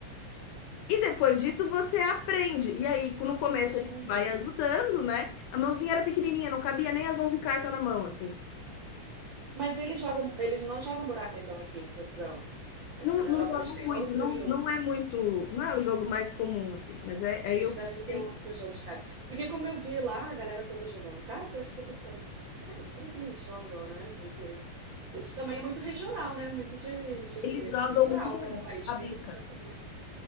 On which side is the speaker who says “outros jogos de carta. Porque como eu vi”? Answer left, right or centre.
Right